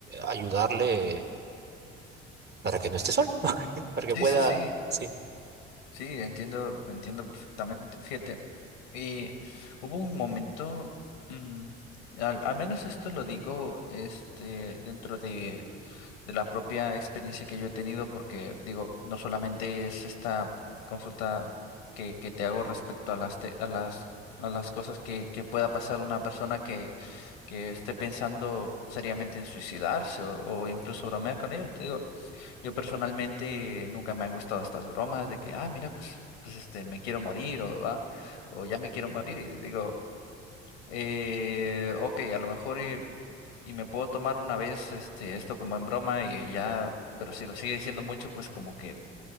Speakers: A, on the right; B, on the left.
A: ayudarle para que no esté solo, <laughs> para que
B: Sí,
A: pueda,
B: sí, sí,
A: sí.
B: sí, entiendo, entiendo perfectamente. Fíjate, y hubo un momento, mm, al, al menos esto lo digo, este, dentro de, de la propia experiencia que yo he tenido, porque digo, no solamente es esta consulta que, que te hago respecto a las, te- a las, a las cosas que, que pueda pasar una persona que, que esté pensando seriamente en suicidarse o, o incluso bromear con ello, te digo. Yo personalmente nunca me han gustado estas bromas de que, ah, mira, pues, pues este, me quiero morir o, "Ah, o ya me quiero morir. Y digo, eh, ok, a lo mejor y, y me puedo tomar una vez este, esto como en broma y ya, pero si lo sigue diciendo mucho, pues como que,